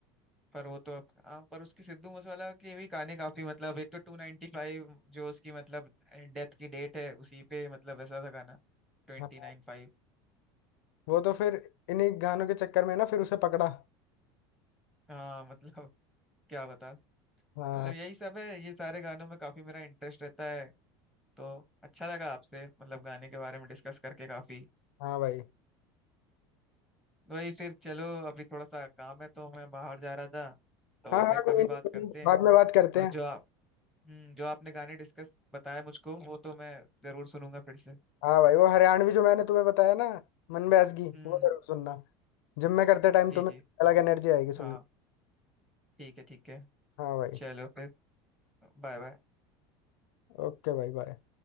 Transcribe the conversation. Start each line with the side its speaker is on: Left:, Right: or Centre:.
Centre: पर वो तो अब हाँ पर उसकी सिद्धू मूसेवाला के भी गाने काफी मतलब एक तो टू नाइनटी फाइव जो उसकी मतलब डेथ की डेट है उसी पे मतलब ऐसा था गाना ट्वेंटी
Left: हाँ
Centre: नाइन फाइव
Left: वो तो फिर इन्हीं गानों के चक्कर में ना फिर उसे पकड़ा
Centre: हाँ मतलब <laughs> क्या बता मतलब
Left: हाँ
Centre: यही सब है ये सारे गानों में काफी मेरा इंटरेस्ट रहता है तो अच्छा लगा आपसे मतलब गाने के बारे में डिस्कस करके काफी
Left: हाँ भाई
Centre: वही फिर चलो अभी थोड़ा सा काम है तो मैं बाहर जा रहा था तो
Left: हाँ हाँ
Centre: फिर
Left: कोई
Centre: कभी
Left: नहीं
Centre: बात
Left: कोई
Centre: करते
Left: नहीं, बाद
Centre: हैं
Left: में बात करते
Centre: और
Left: हैं
Centre: जो हम्म जो आपने गाने डिस्कस बताया मुझको वो तो मैं जरूर सुनूंगा फिर से
Left: हाँ भाई वो हरियाणवी जो मैंने तुम्हें बताया ना मन बैसगी
Centre: हम्म
Left: वो जरूर सुनना जिम में करते टाइम
Centre: जी
Left: तुम्हें
Centre: जी
Left: अलग एनर्जी आएगी सुन
Centre: हाँ
Left: के
Centre: ठीक है ठीक है
Left: हाँ भाई
Centre: चलो फिर बाय बाय
Left: ओके भाई बाय